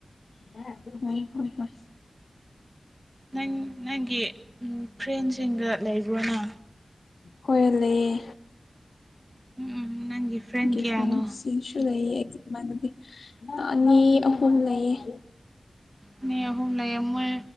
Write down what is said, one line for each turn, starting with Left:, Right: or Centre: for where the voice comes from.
Left: <unintelligible> ꯍꫭꯏ ꯍꯣꯏ ꯍꯣꯏ
Right: ꯅꯪ ꯅꯪꯒꯤ ꯐ꯭ꯔꯦꯟꯁꯤꯡꯒ ꯂꯩꯕ꯭ꯔꯣꯅꯥ
Left: ꯍꯣꯏ ꯂꯩꯌꯦ
Right: ꯎꯝ ꯎꯝ ꯅꯪꯒꯤ ꯐ꯭ꯔꯦꯟ
Left: ꯒꯤ
Right: ꯀꯌꯥꯅꯣ
Left: ꯐ꯭ꯔꯦꯟꯁ <unintelligible> ꯁꯨ ꯂꯩꯌꯦ ꯏꯃꯥꯟꯅꯕꯤ ꯑꯅꯤ ꯑꯍꯨꯝ ꯂꯩꯌꯦ
Right: ꯑꯅꯤ ꯑꯍꯨꯝ ꯂꯩꯌꯦ ꯃꯣꯏ